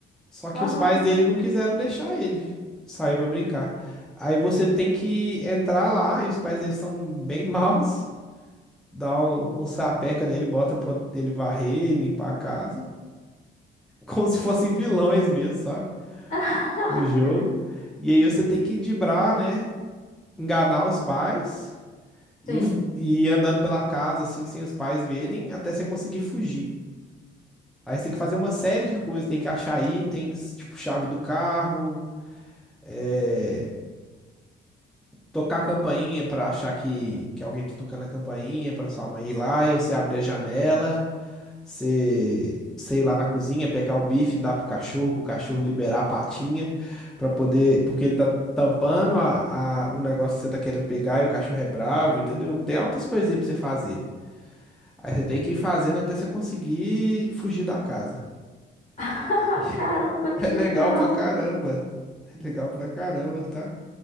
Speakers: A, in the centre; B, on the left.
A: Só que
B: aham.
A: os pais dele não quiseram deixar ele sair pra brincar. Aí você tem que entrar lá e os pais dele são bem <laughs> maus, dá um, um sapeca nele, bota pra ele varrer e limpar a casa, como se fossem vilões mesmo, sabe?
B: <laughs>
A: no jogo. E aí você tem que driblar, né? Enganar os pais e,
B: Sim.
A: f- e ir andando pela casa, assim, sem os pais verem, até você conseguir fugir. Aí você tem que fazer uma série de coisas, tem que achar itens, tipo chave do carro, é, tocar a campainha pra achar que, que alguém tá tocando a campainha pra sua mãe ir lá, e você abre a janela. Você, sei lá, na cozinha, pegar o bife, dar pro cachorro, pro cachorro liberar a patinha, pra poder. Porque ele tá tampando a, a- o negócio que você tá querendo pegar e o cachorro é bravo, entendeu? Tem altas coisinhas pra você fazer. Aí você tem que ir fazendo até você conseguir fugir da casa.
B: <laughs>
A: <laughs>
B: Caramba, que
A: É
B: legal.
A: legal pra caramba. É legal pra caramba, tá?